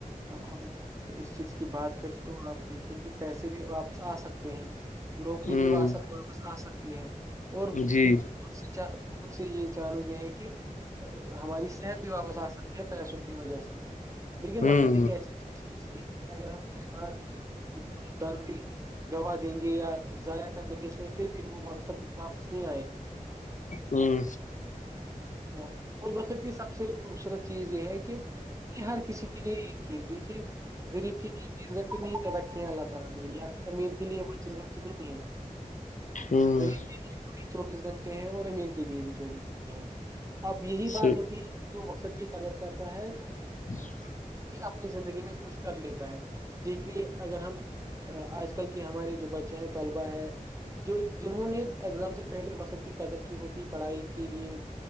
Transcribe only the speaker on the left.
ہ
جی
ہ
ہوں
ہ
ہ
ہ <inaudible>